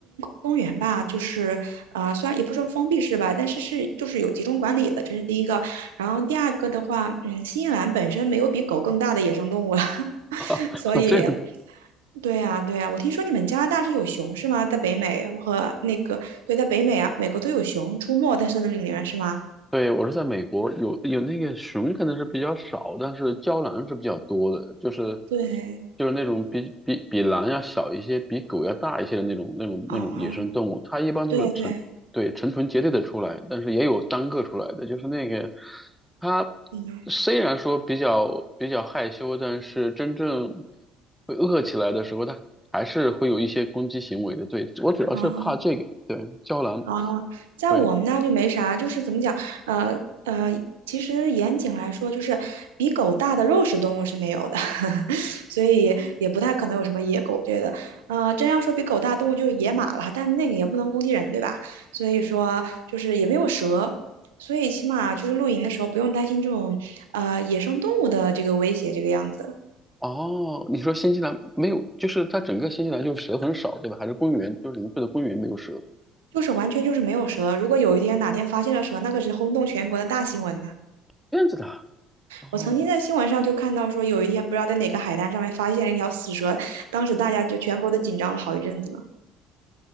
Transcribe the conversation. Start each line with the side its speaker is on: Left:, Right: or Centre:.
Right: 公园吧，就是啊，虽然也不说封闭式吧，但是是就是有集中管理的，这是第一个，然后第二个的话，嗯，新西兰本身没有比狗更大的野生动物了。<laughs>
Centre: <laughs>
Right: 所以，
Centre: 这
Right: 对呀，对呀，我听说你们加拿大是有熊是吗？在北美和那个，对，在北美啊，美国都有熊出没在森林里面是吗？
Centre: 对，我是在美国，有有那个熊可能是比较少，但是郊狼是比较多的，就是
Right: 对，
Centre: 就是那种比比比狼要小一些，比狗要大一些的那种那种那种野生动物，
Right: 啊，
Centre: 它一般都是成对成群结队的出来，
Right: 对对，
Centre: 但是也有单个出来的，就是那个它
Right: 嗯，
Centre: 虽然说比较比较害羞，但是真正会饿起来的时候，它还是会有一些攻击行为的。对，我主要是怕这个，
Right: 啊
Centre: 对，郊狼，
Right: 啊，在我们那就没啥，
Centre: 对。
Right: 就是怎么讲，呃呃，其实严谨来说，就是比狗大的肉食动物是没有的。所以也不太可能有什么野狗之类的。呃，真要说比狗大动物就是野马了，但那个也不能攻击人，对吧？所以说就是也没有蛇，所以起码就是露营的时候不用担心这种呃野生动物的这个威胁这个样子。
Centre: 哦，你说新西兰没有，就是它整个新西兰就是蛇很少，对吧？还是公园，就是零碎的公园没有蛇，
Right: 就是完全就是没有蛇。如果有一天哪天发现了蛇，那可是轰动全国的大新闻呢。
Centre: 这样子的啊哦，
Right: 我曾经在新闻上就看到说，有一天不知道在哪个海滩上面发现了一条死蛇，当时大家就全国都紧张了好一阵子呢。